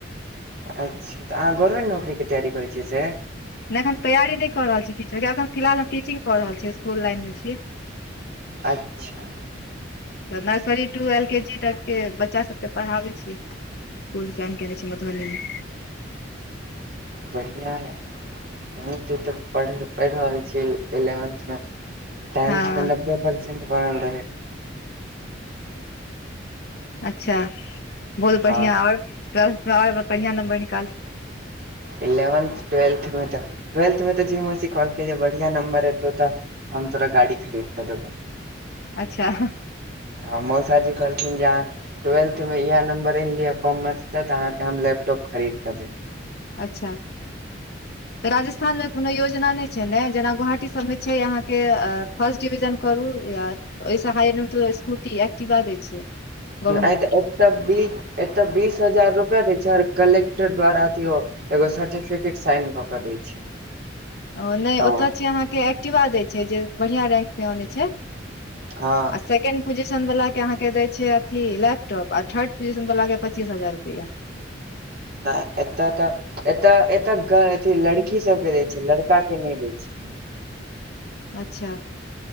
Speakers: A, on the right; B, on the left.
A: अच्छऽ तऽ अहाँ गवर्मेन्ट नोकरीक तैयार करै छियै से
B: नहि एखन तैयारी नहिऽ रहल छी किछ जे अखन फिलहाल हम टिचिंग कऽ रहल छी इसकुल लाइनमे छियै
A: अच्छऽ
B: तऽ nursery to L K G तक के बच्चा सबके पढ़ाबै छियै ओ रिजाइन केने छै मधुबनी मे
A: बढ़िया ये हम त एतय पढ़ पढ़ि रहल छी इलेवेंथ मे टेंथ
B: हँ
A: मे नब्बे परसेंट बनल रहै
B: अच्छा बहुत बढ़िआँ
A: हँ
B: आओर ट्वेल्थमे आओर बढ़िआँ नम्बर निकालू
A: इलेवन्थ ट्वेल्थमे त ट्वेल्थ मे त जी मौसी कहलखिन जे बढ़िया नम्बर एतौ तऽ हम तोरा गाड़ी खरीद क देबौ
B: अच्छऽ
A: ह मौसा जी कहलखिन जे अहाँ ट्वेल्थ मे इहे नम्बर आनि लिय कॉमर्स स तऽ अहाँके हम लैपटॉप खरीद क देब
B: अच्छऽ -तोराज छ स्थानमे कोनो योजना नहि छलै जेना गुवहाटी सभमे छै अहाँके फस्ट डिवीजन करू या ओहिसँ हायमे त स्कूटी एक्टिबा दै छै गवर्मेंट
A: आइ त एतऽ बी एतऽ बीस हजार रूपया दै छै और कलेक्टर द्वारा अथियो अबै एगो सर्टिफिकेट साइन कऽ केऽ दै छै
B: ओ नहि
A: तऽ
B: ओतय छै अहाँके एक्टिवा दै छै जे बढ़िआँ रैंक मे अनै छै
A: हँ
B: सकेण्ड पोजिशन वला के अहाँ के दय छै अथी लैपटॉप आ थर्ड पोजिशन वला के पच्चीस हजार रुपैआ
A: आ एतऽ तऽ एतऽ एतऽ क अथी लड़की सबके दै छै लड़का के नहि दै छै
B: अच्छा